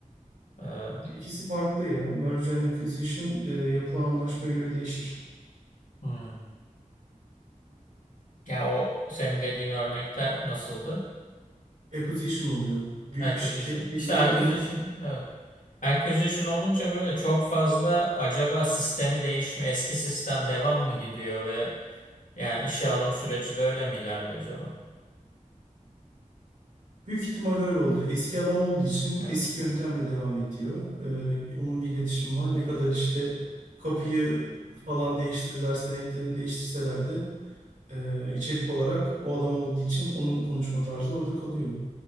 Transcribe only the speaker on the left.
Ee,
hmm. Ya o senin dediğin örnekte nasıldı?
Acquisition.
İşte acquisition.
Evet. Acquisition olunca böyle çok fazla acaba sistemi değişme, eski sistem devam mı gidiyor ve yani işe alım süreci de öyle mi ilerliyor acaba?
Evet.